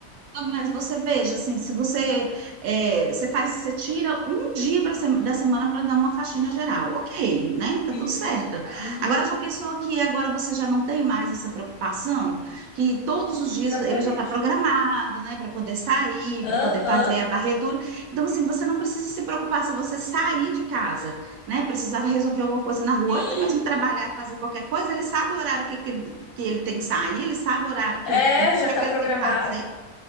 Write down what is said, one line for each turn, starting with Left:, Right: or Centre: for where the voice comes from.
Right: Mas você veja, assim, se você, é, você faz, você tira um dia pra sem- da semana para dar uma faxina geral, ok, né? Tá
Left: E,
Right: tudo certo.
Left: Uhum,
Right: Agora já pensou que agora você já não tem mais essa preocupação, que todos os dias
Left: exatamente.
Right: ele já está programado, né, para poder sair,
Left: Aham.
Right: para poder fazer a varredura. Então, assim, você não precisa se preocupar se você sair de casa, né? Precisava resolver alguma coisa na rua,
Left: E
Right: ou até mesmo trabalhar, fazer qualquer coisa, ele sabe o horário que, que, que ele tem que sair, ele sabe o horário que
Left: é,
Right: ele, o que
Left: já
Right: é
Left: tá
Right: que ele
Left: programado.
Right: tem que fazer.